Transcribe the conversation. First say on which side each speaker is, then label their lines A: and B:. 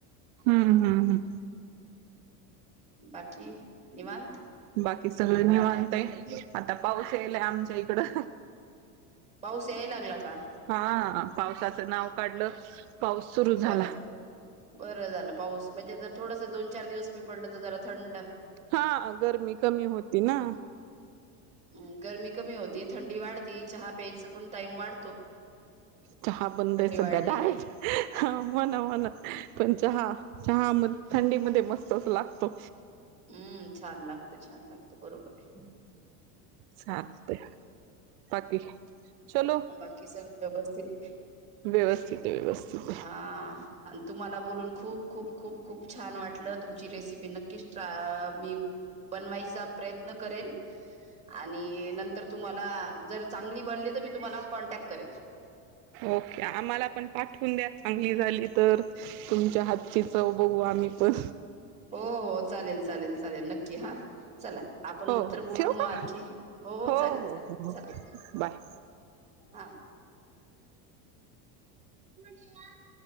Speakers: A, on the right (about 75°); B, on the right (about 15°).
A: हम्म हम् हम्म.
B: बाकी? निवांत.
A: बाकी सगळं निवांतय, आता पाऊस येयलाय, आमच्या इकडं.
B: पाऊस याय, लागला का?
A: हां, पावसाचं नाव काढलं पाऊस सुरू झाला
B: बरं झालं, बरं झालं पाऊस, म्हणजे जर थोडस दोन-चार दिवस, बी पडलं, तर जरा थंड
A: हां, गरमी कमी होती ना?
B: म गरमी कमी होती, थंडी वाढती, चहा प्यायचं पण टाईम वाढ
A: चहा बंद ये, सध्या
B: वाढली
A: डाएट
B: की
A: हां, म्हणा म्हणा, पण चहा, चहा म थंडी मध्ये, मस्तच लागतो.
B: हम्म, छान लागतो, छान लागतो बरोबर.
A: चालतंय, बाकी? चलो
B: आहे बाकी, सगळ व्यवस्थित?
A: व्यवस्थित ये व्यवस्थित.
B: हां. अन, तुम्हाला बोलून, खूप-खूप, खूप- खूप छान वाटलं, तुमची रेसिपी नक्कीच ट्र अ मी बनवायचा प्रयत्न करेल आणि नंतर तुम्हाला, जर चांगली बनली त मी तुम्हाला, कॉन्टॅक्ट करेल.
A: ओके, आम्हाला पण पाठवून द्या, चांगली झाली तर. तुमच्या हातची, चव बघू, आम्ही पण.
B: हो हो, चालेल चालेल चालेल, नक्की हां, चला आपण
A: हो
B: नंतर
A: हो
B: बोलू,
A: ठेव
B: मग
A: का
B: आणखी, हो चालेल-चालेल
A: हो हो हो
B: चाला.
A: बाय
B: हा. <inaudible>